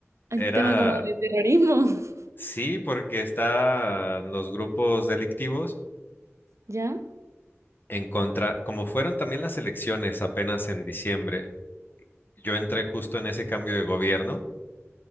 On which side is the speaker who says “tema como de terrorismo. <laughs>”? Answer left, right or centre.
Right